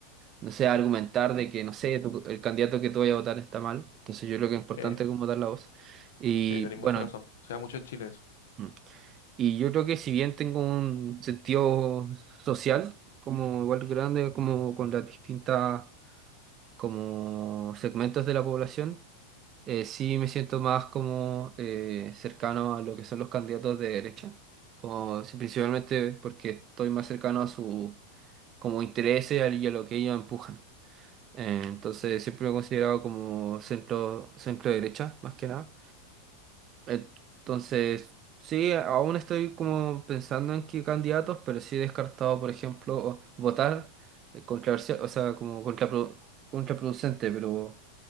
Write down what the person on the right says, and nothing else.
no sé, a argumentar de que, no sé, tu- el candidato que tú vayas a votar está mal. Entonces yo creo que es importante
como dar la voz. Y
bueno,
mm, y yo creo que si bien tengo un sentido social, como igual grande, como con las distintas como segmentos de la población, Eh, sí me siento más como eh, cercano a lo que son los candidatos de derecha, como, sí, principalmente porque estoy más cercano a su como intereses y a y a lo que ellos empujan. Eh, entonces siempre me he considerado como centro, centro derecha, más que nada. Entonces, sí, aún estoy como pensando en qué candidatos, pero sí he descartado, por ejemplo, votar eh, controversia, o sea, como contrapro- contraproducente, pero